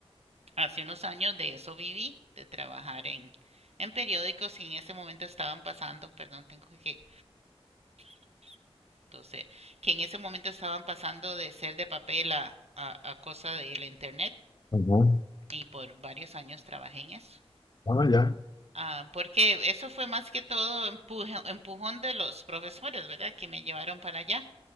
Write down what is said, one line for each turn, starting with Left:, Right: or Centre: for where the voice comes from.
Right: hace unos años de eso viví, de trabajar en, en periódicos y en ese momento estaban pasando, perdón, tengo que toser, que en ese momento estaban pasando de ser de papel a, a, a cosa del internet
Left: Ujú.
Right: y por varios años trabajé en eso.
Left: Ah, ya.
Right: Ah, porque eso fue más que todo empuje- empujón de los profesores, ¿verdad? Que me llevaron para allá.